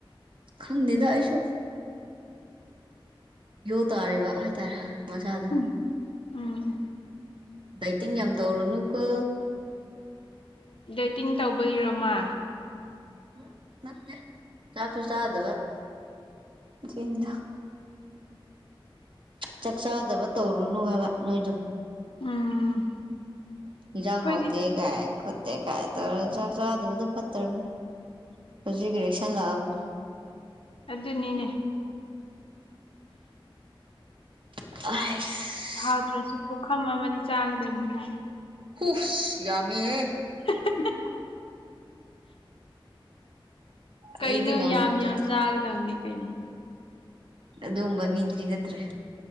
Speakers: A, on the right; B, on the left.
A: ꯈꯪꯗꯦꯗ ꯑꯩꯁꯨ꯫ ꯌꯣ ꯇꯥꯔꯤꯕ ꯍꯥꯏꯇꯥꯔꯦ ꯃꯁꯥꯗꯨ꯫
B: ꯎꯝ ꯎꯝ꯫
A: ꯗꯥꯏꯇꯤꯡ ꯌꯥꯝ ꯇꯧꯔꯨꯅꯨ ꯀꯣ꯫
B: ꯗꯥꯏꯇꯤꯡ ꯇꯧꯕꯒꯤꯔꯣꯃꯥ꯫
A: ꯑꯥ ꯅꯠꯇꯦ ꯆꯥꯛꯁꯨ ꯆꯥꯗꯕ ꯑꯗꯨꯏꯅꯤꯗ꯫ ꯆꯥꯛꯆꯥꯥꯗꯕ ꯇꯧꯔꯨꯅꯨ ꯍꯥꯏꯕ ꯅꯣꯏꯗꯨ꯫
B: ꯎꯝ꯫
A: ꯏꯟꯁꯥꯡ
B: ꯑꯩꯈꯣꯏꯗꯤ
A: ꯍꯧꯇꯦꯀꯥꯏ ꯈꯠꯇꯦ ꯀꯥꯏ ꯆꯥꯛ ꯆꯥꯗꯕꯗꯨ ꯐꯠꯇꯔꯕꯅꯤ꯫ ꯍꯧ ꯀ꯭ꯔꯦꯛꯁꯟ ꯂꯥꯛꯑꯕꯅꯤ꯫
B: ꯑꯗꯨꯅꯤꯅꯦ꯫
A: ꯏꯁꯁ꯫
B: ꯍꯥꯎꯗ꯭ꯔꯁꯨ ꯄꯨꯈꯝ ꯑꯃꯗꯤ ꯆꯥꯒꯗꯕꯅꯤ ꯍꯥꯏꯅꯤ꯫
A: ꯍꯨꯁ ꯌꯥꯝꯃꯦꯍꯦ꯫
B: <unintelligible> ꯀꯩꯅꯣ
A: ꯑꯩꯗꯤ ꯉꯝꯃꯔꯣꯏ
B: ꯌꯥꯝ
A: ꯑꯗꯨꯗꯤ
B: ꯌꯥꯝ ꯆꯥꯒꯗꯕꯅꯤ ꯀꯩꯅꯣ꯫
A: ꯑꯗꯨꯒꯨꯝꯕ ꯃꯤꯗꯨꯗꯤ ꯅꯠꯇꯔꯦ꯫